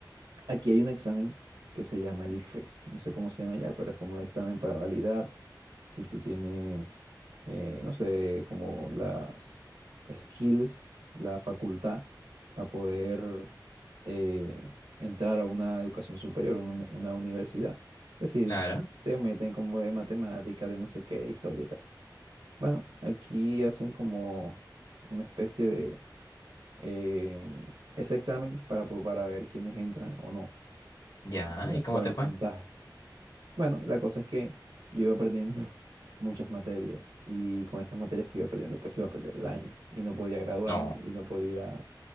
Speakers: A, on the right (about 80°); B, on the left (about 55°).
A: Aquí hay un examen que se llama el ICFES, no sé cómo se llama ya, pero es como un examen para validar si tú tienes, eh, no sé, como las skills, la facultad para poder eh, entrar a una educación superior, una, una universidad. Es decir,
B: Claro,
A: te meten como de matemáticas, de no sé qué, historia y tal. Bueno, aquí hacen como una especie de eh, ese examen para, po- para ver quiénes entran o no
B: ya,
A: en la-
B: ¿y
A: por
B: cómo te
A: el
B: fue?
A: puntaje. Bueno, la cosa es que yo iba perdiendo <laughs> muchas materias y con esas materias que iba perdiendo, pues iba a perder el año y no podía graduarme
B: No.
A: y no podía